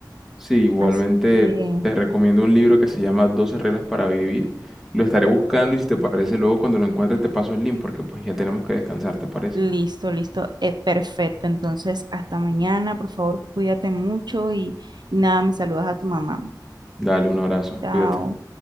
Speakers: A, in the centre; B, on the right.
A: Sí, igualmente
B: Así que
A: te recomiendo un libro que se llama Doce reglas para vivir. Lo estaré buscando y si te parece, luego cuando lo encuentres te paso el link porque pues ya tenemos que descansar, ¿te parece?
B: listo, listo, es perfecto. Entonces, hasta mañana, por favor, cuídate mucho y, y nada, me saludas a tu mamá.
A: Dale, un abrazo,
B: Chao.
A: cuídate.